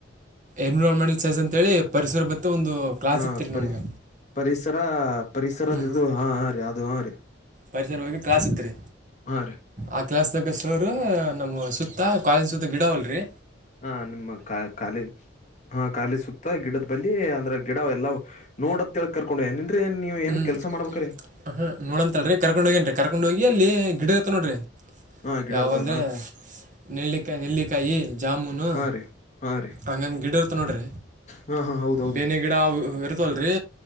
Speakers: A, on the right (about 40°); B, on the left (about 35°).
A: ಎನ್ವಿರಾನ್ಮೆಂಟಲ್ ಸೇಸ್ ಅಂತೇಳಿ ಪರಿಸರ ಬತ್ತ ಒಂದು ಕ್ಲಾಸ್
B: ಹಾ
A: ಇತ್ತು ರೀ
B: ಪರಿ
A: ನಮ್ಗೆ
B: ಪರಿಸರ ಪರಿಸರದ
A: ಹ್ಞೂ
B: ಇದು ಹಾ ರೀ ಅದು ಹಾ ರೀ
A: ಪರಿಸರ ಹೋಗಿ ಕಾಸತ್ರಿ
B: ಆ
A: ಆ ಕ್ಲಾಸ್ ದಾಗ ಸೋರ್ ನಮ್ ಸುತ್ತ ಕಾಲೇಜ್ ಸುತ್ತ ಗಿಡವಲ್ರರಿ
B: ಹಾ ನಿಮ್ಮ ಕ ಕಾಲ ಹಾ ಖಾಲಿ ಸುತ್ತ ಗಿಡದ ಬಳಿ ಅಂದ್ರೆ ಗಿಡ ಎಲ್ಲ ನೋಡತ್ ತಿಳ್ ಕರ್ಕೊಂಡ್ ಏನನ್್ರೀ ನೀವ ಏನ್
A: ಹ್ಮ್
B: ಕೆಲಸ ಮಾಡ್ಬೇಕ್ರಿ
A: ಹ ನೋಡ ಅಂತ ಅಲ್ರಿ ಕರ್ೊಂಡ್ ಹೋಗಿೇನ್ರಿ ಕರ್ಕೊಂಡ್ ಹೋಗಿ ಅಲ್ಲಿ ಗಿಡ ನೋಡ್ರಿ
B: ಹಾ ಗಿಡ
A: ಯಾವಂದ್ರೆ
B: ಇರ್ತವ ಹಾ ರೀ
A: ನೆಲ್ಲಿಕಾಯಿ ನೆಲ್ಲಿಕಾಯಿ ಜಾಮುನು
B: ಹಾ ರೀ ಹಾ ರೀ
A: ಹಂಗಂಗ್ ಗಿಡರ್ ತ ನೋಡ್ರ
B: ಹಾ ಹಾ ಹೌದ್ ಹೌದ್ರಿ
A: ಬೇನಿ ಗಿಡ ಇರ್ತವಲ್ರಿ